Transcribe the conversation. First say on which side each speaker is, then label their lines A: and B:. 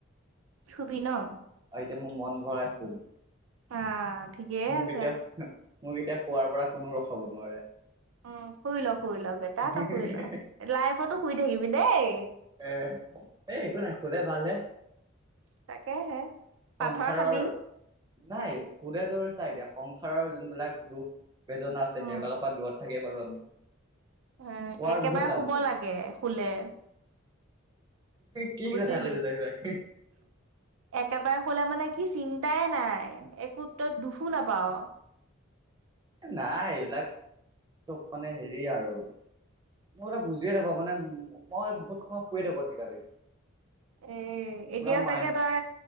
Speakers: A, on the right; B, on the right.
A: সোবি ন'।
B: আৰু এতিয়া মোৰ মন ভৰাই শুম।
A: <unintelligible>
B: মোক
A: আছে
B: এতিয়া মোক এতিয়া শুৱাৰ পৰা কোনো ৰখাব নোৱাৰে।
A: উম শুই ল শুই ল বেটা
B: নোৱাৰে
A: তই শুই ল লাইফতো শুই থাকিবি দেই।
B: এ, এ একো নাই শুলে ভাল হে।
A: তাকেহে। পাথৰ
B: সংসাৰৰ
A: খাবি
B: নাই শুলে তোৰ চা এতিয়া সংসাৰৰ যোনবিলাক দুখ বেদনা আছে
A: উম
B: সেইবিলাকৰ পৰা দূৰত থাকেই বৰ আমি।
A: এঁ
B: শুৱাৰ
A: একেবাৰে
B: বহুত লাভ
A: শুব
B: আছে
A: লাগে শুলে।
B: কি
A: বুজিলি
B: কথা কৈছ তই এইবিলাক।
A: একেবাৰে শুলে মানে কি চিন্তাই নাই একো তই দুখো নাপা'ৱ।
B: এ নাই এইবিলাক চব মানে হেৰি আৰু। মই মানে বুজিয়ে নাপাওঁ মানে মই বহুত সময় শুয়ে থাকো আজিকালি।
A: এ এ এতিয়া
B: পুৰা মাইণ্ড
A: চাগে তই